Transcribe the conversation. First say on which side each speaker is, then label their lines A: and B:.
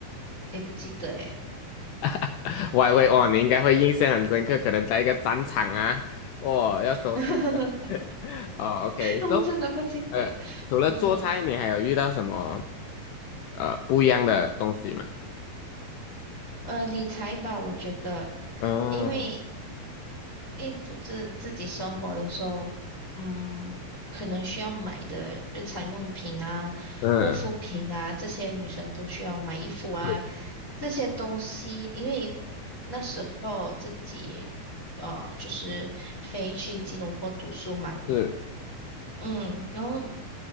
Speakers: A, on the left; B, on the left.
A: 也不记得诶，
B: <laughs> 我还会哦，你应该会印象很深刻，可能在一个战场啊，哦，要收拾的。
A: <laughs>
B: <laughs> 哦，OK，so，
A: 我真的不记得。
B: 呃，除了做菜，
A: 嗯，
B: 你还有遇到什么呃不一样的东西吗？
A: 呃，理财吧，我觉得，
B: 嗯
A: 因为因为独自自己生活的时候，嗯，可能需要买的日常用品啊、
B: 嗯，
A: 护肤品啊，这些女生都需要买衣服啊，
B: 是
A: 这些东西，因为那时候自己呃就是飞去吉隆坡读书嘛，
B: 是
A: 嗯，然后